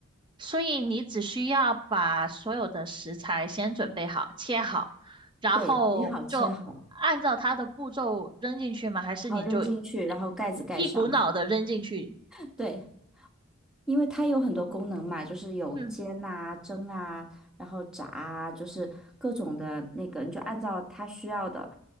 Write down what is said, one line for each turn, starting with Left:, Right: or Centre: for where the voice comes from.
Right: 所以你只需要把所有的食材先准备好，切好，然后就按照它的步骤扔进去吗？
Centre: 对，洗好切好，
Right: 还是你就一
Centre: 然后扔进去，然后盖子盖上。
Right: 一股脑的扔进去？
Centre: <laughs> 对，因为它有很多功能嘛，就是有煎啊、
Right: 嗯，
Centre: 蒸啊，然后炸啊，就是各种的那个，你就按照它需要的